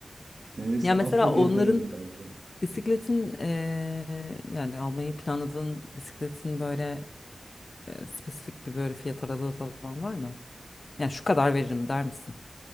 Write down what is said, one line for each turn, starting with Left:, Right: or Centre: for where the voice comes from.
Right: Neyse
Left: Ya mesela
Right: atla geri
Left: onların
Right: dönerim belki.
Left: bisikletin eee, yani almayı planladığın bisikletin böyle eee, spesifik bir böyle fiyat aralığı falan var mı? Yani şu kadar veririm der misin?